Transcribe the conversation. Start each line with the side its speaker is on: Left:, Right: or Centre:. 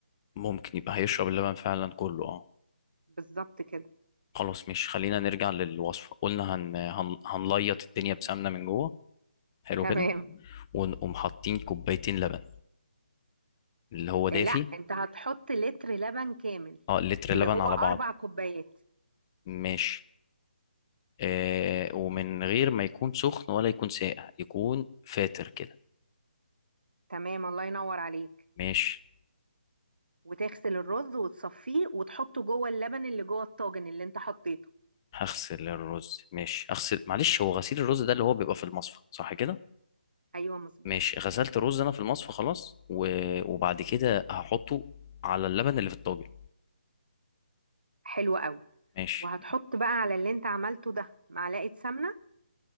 Left: ممكن يبقى هيشرب اللبن فعلا كله اه
Right: بالظبط كده
Left: خلاص مش خلينا نرجع للوصفة قلنا هن... هن... هنليط الدنيا بسمنة من جوه حلو
Right: تمام
Left: كده ونقوم حاطين كوبايتين لبن اللي هو دافي
Right: آه، لا انت هتحط لتر لبن كامل
Left: اه لتر لبن
Right: اللي هو
Left: على
Right: اربع
Left: بعضه
Right: كوبايات
Left: ماشي آه ومن غير ما يكون سخن ولا يكون ساقع يكون فاتر كده
Right: تمام الله ينور عليك
Left: ماشي
Right: وتغسل الرز وتصفيه وتحطه جوه اللبن اللي جوه الطاجن اللي انت حطيته
Left: هغسل الرز ماشي اغسل معلش هو غسيل الرز ده اللي هو بيبقى في المصفى صح كده
Right: ايوه مظبوط
Left: ماشي غسلت الرز انا في المصفى خلاص و... وبعد كده هحطه على اللبن اللي في الطاجن
Right: حلو قوي
Left: ماشي
Right: وهتحط بقى على اللي انت عملته ده معلقه سمنه